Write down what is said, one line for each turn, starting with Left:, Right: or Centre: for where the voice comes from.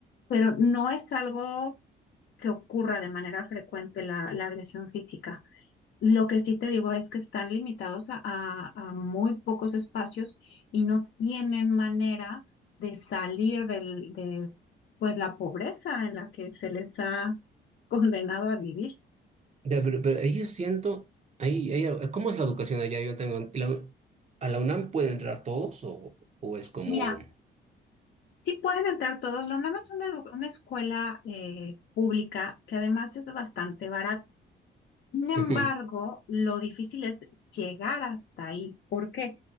Left: pero no es algo que ocurra de manera frecuente la, la agresión física. Lo que sí te digo es que están limitados a, a- a muy pocos espacios y no tienen manera de salir del, de pues la pobreza en la que se les ha <laughs> condenado a vivir.
Right: Ya, pero, pero ahí yo siento, ahí, ahí- ¿cómo es la educación allá? Yo tengo, la- ¿a la UNAM pueden entrar todos o, o es como,
Left: Mira, sí pueden entrar todos, la UNAM es una, edu- una escuela eh, pública que además es bastante barata. Sin embargo,
Right: Ujú,
Left: lo difícil es llegar hasta ahí. ¿Por qué?